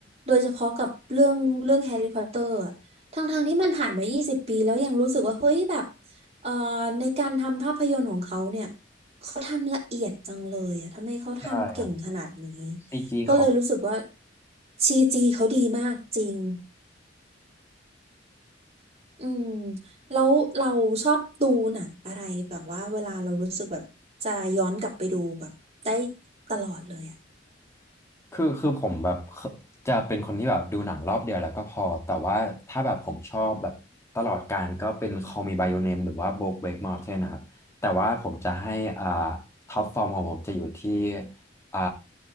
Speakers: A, on the right (about 35°); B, on the left (about 15°).
A: โดยเฉพาะกับเรื่องเรื่องแฮร์รี่พอตเตอร์ทั้งทางๆที่มันผ่านมา 20 ปีแล้วยังรู้สึกว่าเฮ้ยแบบเอ่อในการทำภาพยนตร์ของเขาเนี่ยเขาทำละเอียดจังเลยอะทำไมเขาทำเก่งขนาดนี้
B: ใช่ครับซีจีเขา
A: ก็เลยรู้สึกว่าซีจีเขาดีมากจริงอืมแล้วเราชอบดูหนังอะไรแบบว่าเวลาเรารู้สึกแบบจะย้อนกลับไปดูแบบได้ตลอดเลยอะ
B: คือคือผมแบบเคจะเป็นคนที่แบบดูหนังรอบเดียวแล้วก็พอแต่ว่าถ้าแบบผมชอบแบบตลอดกาลก็เป็น Call Me by Your Name หรือว่า BoJack Mountain นะครับแต่ว่าผมจะให้อ่าท็อปฟอร์มของผมจะอยู่ที่อ่า